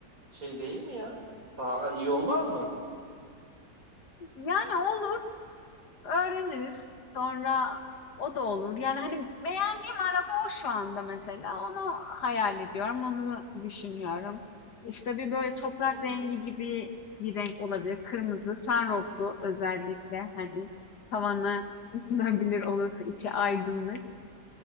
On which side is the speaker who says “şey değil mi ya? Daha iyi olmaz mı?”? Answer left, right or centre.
Right